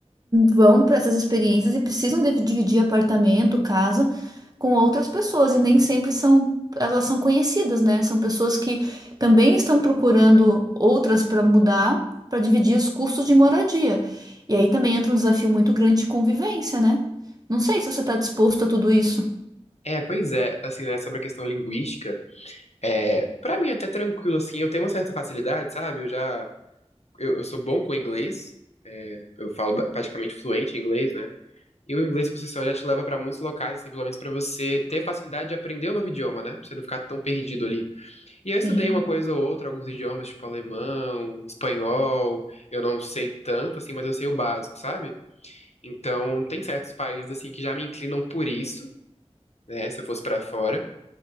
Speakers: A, on the right; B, on the left.
A: vão para essas experiências e precisam de- dividir apartamento, casa com outras pessoas e nem sempre são elas são conhecidas, né? São pessoas que também estão procurando outras para mudar, para dividir os custos de moradia. E aí também entra um desafio muito grande de convivência, né? Não sei se você está disposto a tudo isso.
B: É, pois é, assim, né, sobre a questão linguística. É, pra mim é até tranquilo, assim, eu tenho uma certa facilidade, sabe? Eu já, eu, eu sou bom com inglês, é, eu falo ba- praticamente fluente em inglês, né? E o inglês por si só já te leva pra muitos locais, assim, pelo menos pra você ter facilidade de aprender o novo idioma, né? Pra você não ficar tão perdido ali. E eu estudei
A: Sim.
B: uma coisa ou outra, alguns idiomas, tipo alemão, espanhol, eu não sei tanto, assim, mas eu sei o básico, sabe? Então, tem certos países, assim, que já me inclinam por isso, né? Se eu fosse pra fora.